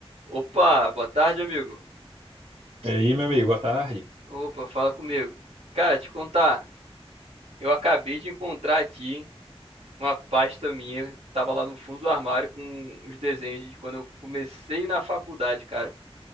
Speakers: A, on the right; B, on the right.
A: Opa, boa tarde, amigo.
B: E aí, meu amigo, boa tarde.
A: Opa, fala comigo. Cara, te contar, eu acabei de encontrar aqui uma pasta minha, tava lá no fundo do armário com os desenhos de quando eu comecei na faculdade, cara.